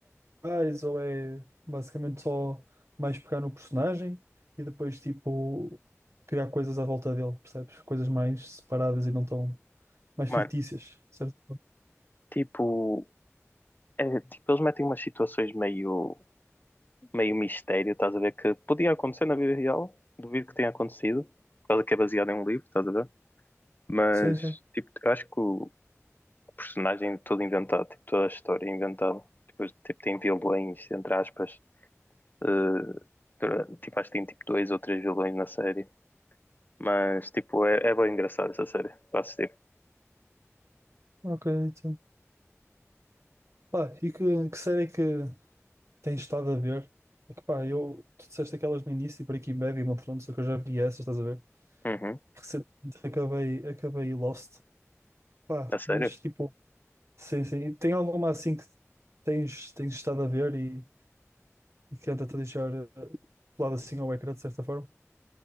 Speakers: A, on the right; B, on the left.
A: reais ou é basicamente só mais pegar no personagem e depois tipo criar coisas à volta dele, percebes? Coisas mais separadas e não tão mais
B: Mano,
A: fictícias, certo?
B: Tipo, é, tipo, eles metem umas situações meio, meio mistério, estás a ver? Que podia acontecer na vida real, duvido que tenha acontecido, por causa que é baseado em um livro, estás a ver? Mas,
A: Sim, sim.
B: tipo, eu acho que o personagem é todo inventado, tipo, toda a história é inventada. Depois, tipo, tem vilões, entre aspas, eh, dura- tipo, acho que tem tipo dois ou três vilões na série. Mas, tipo, é, é bem engraçado essa série, para assistir.
A: Ok, então. Pá, e que, que série é que tens estado a ver? É que pá, eu, tu disseste aquelas no início, Breaking Bad e Game of Thrones, só que eu já vi essas, estás a ver?
B: Uhum,
A: Recentemente acabei, acabei Lost. Pá,
B: a sério?
A: mas tipo, Sim, sim. E tem alguma assim que tens, tens estado a ver e, e que tenta-te deixar eh, colado assim ao ecrã, de certa forma?